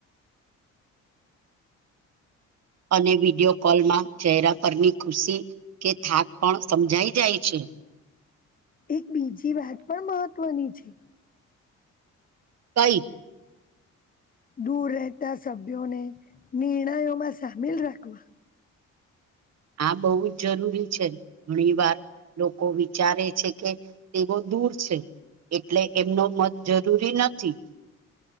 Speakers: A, on the right; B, on the left.
A: અને વિડિયો કોલમાં ચહેરા પરની ખુશી કે થાક પણ સમજાઈ જાય છે. <inaudible>
B: એક બીજી વાત પણ મહત્વની છે.
A: તઈ
B: દૂર રહેતા સભ્યોને નિર્ણયોમાં સામેલ રાખવા.
A: આ બહુ જ જરૂરી છે ઘણી વાર લોકો વિચારે છે કે તેઓ દૂર છે એટલે એમનો મત જરૂરી નથી.